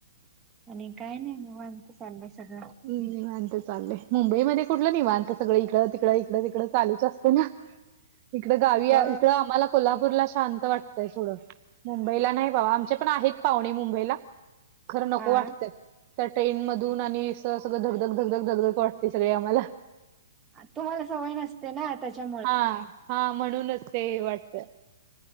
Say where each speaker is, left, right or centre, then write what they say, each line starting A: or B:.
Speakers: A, on the right (about 15°); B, on the right (about 40°).
A: आणि काय नाई निवांत चालंय सगळं
B: निवांत चालंय मुंबई मध्ये कुठलं निवांत सगळं इकडं तिकड इकड इकडे तिकडे चालूच असते ना इकड गावी
A: हो
B: इकड आम्हाला कोल्हापूरला शांत वाटते. थोडं मुंबईला नाही बाबा आमचे पण आहेत पाहुणे मुंबईला खरं नको
A: हा
B: वाटतंय त्या ट्रेन मधून आणि अस सगळं धगधक धगधक धगधक वाटते सगळे आम्हाला
A: आता तुम्हाला सवय नसते. तेना आताच्या
B: हा हा म्हणूनच ते हे वाटत.